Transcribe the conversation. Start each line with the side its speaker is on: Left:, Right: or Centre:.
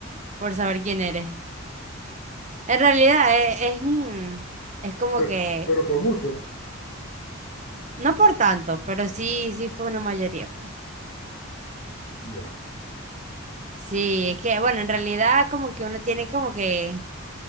Right: por saber quién eres. En realidad eh, es, mm, es, como
Left: Pero,
Right: que,
Left: pero por mucho,
Right: no por tanto, pero sí, sí fue una mayoría. pues.
Left: ya,
Right: Sí, es que, bueno, en realidad como que uno tiene como que